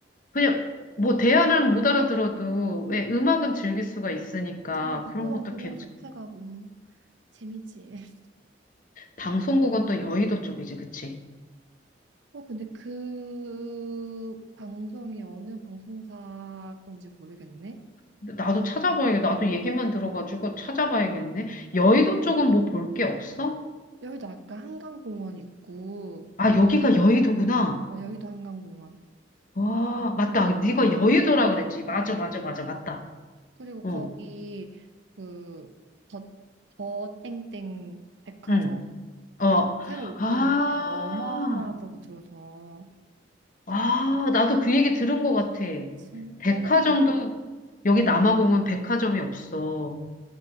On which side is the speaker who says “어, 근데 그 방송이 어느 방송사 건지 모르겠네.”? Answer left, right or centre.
Right